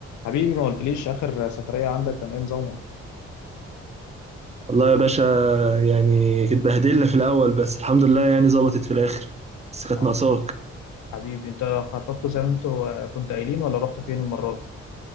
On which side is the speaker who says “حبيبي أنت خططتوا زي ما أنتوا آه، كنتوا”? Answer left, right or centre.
Left